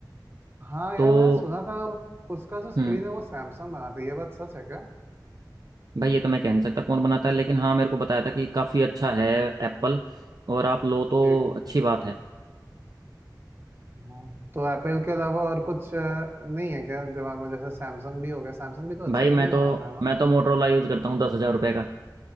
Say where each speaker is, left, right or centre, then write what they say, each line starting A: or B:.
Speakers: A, on the right; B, on the right.
A: हाँ
B: तो
A: यार मैंने सुना था उसका जो स्क्रीन
B: हम्म
A: है वो सैमसंग बनाता है ये बात सच है क्या
B: भाई ये तो मैं कह नहीं सकता कौन बनाता है लेकिन हाँ मेरे को बताया था कि काफी अच्छा है
A: हाँ।
B: एप्पल और आप लो तो
A: जी
B: अच्छी बात है
A: हाँ तो एप्पल के अलावा और कुछ अ, नहीं है क्या दिमाग में जैसे सैमसंग भी हो गया सैमसंग भी तो अच्छे
B: भाई
A: फोन
B: मैं
A: ही
B: तो
A: बनाता है ना
B: मैं तो मोटरोला यूज करता हूँ दस हजार रुपये